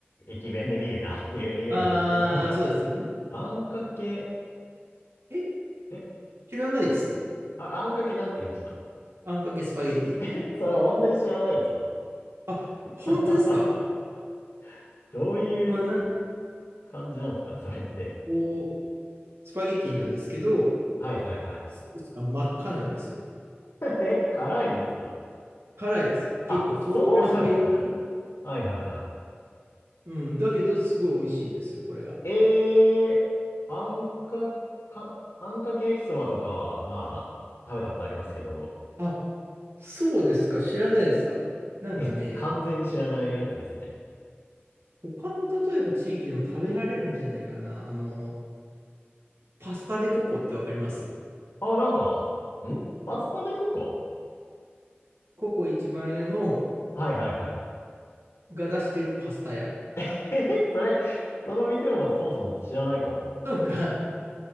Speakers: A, on the left; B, on the right.
A: 駅弁で見るなっていうイメージですけど。
B: あー、そうですよね。
A: あんかけ、
B: え、
A: え、
B: 知らないです。
A: あ、あんかけなんて言いました
B: あんかけスパゲティ。
A: <laughs> それは本当に知らないですわ。
B: あ、
A: <laughs>
B: 本当ですか
A: どういう
B: まあなんか
A: 感じなんですかね、それって。
B: こう、スパゲティなんですけど、
A: はいはいはい。
B: ソースが真っ赤なんですよ。
A: <laughs> え、辛いですか
B: 辛いです。結構唐辛子系かな
A: あ、そうなんですかはいはいはい。
B: うん。だけど、すごい美味しいんですよ、これが。
A: えー、あんか、か、あんかけ焼きそばとかは、まあ、食べたことありますけど、
B: あ、そうですか。知らないですか。なんかね、
A: え、完全に知らないやつですね。
B: 他の例えば地域でも食べられるんじゃないかな。あの、パスタでココってわかります
A: あ、なんか、んパスタでココ
B: ココ一番屋の
A: はいはいはい。
B: が出してるパスタ屋
A: <laughs> え、それ、その店もそもそも知らないかも。
B: とか、